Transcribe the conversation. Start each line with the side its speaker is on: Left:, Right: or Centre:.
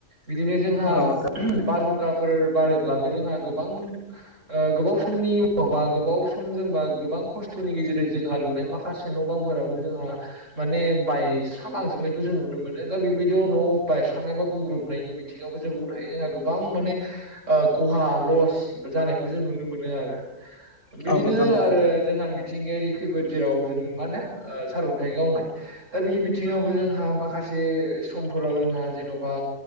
Right: बिदिनो जोंहा
Left: औ नोंथां
Right: बारहुं फोर बारोब्लाबो जोंहा गोबां ओ गोबाव समनि उनावा गोबाव समजों बा गोबां गोबां खस्थ'नि गेजेरजों जोंहा लुनाय माखासे न' बांफोराबो जोंहा माने बायस्रा लांजोबनाय खौ जों नुनो मोनो दा बेबायदियाव न' बायस्रानाय बा गुबुग्रबनाय बिथिङावबो जों बुंनो हायो जोंहा गोबां माने खहा लस जानायखौ जों नुनो मोनो आरो। बिदिनो
Left: औ नोंथां औ
Right: आरो जोंहा मिथिंगायारि खैफोद जेराव जों मा होनो ओ सारन्थाइ गावनाय दा बे बिथिङावबो जोंहा माखासे जे समफोराव जोंहा जेन'बा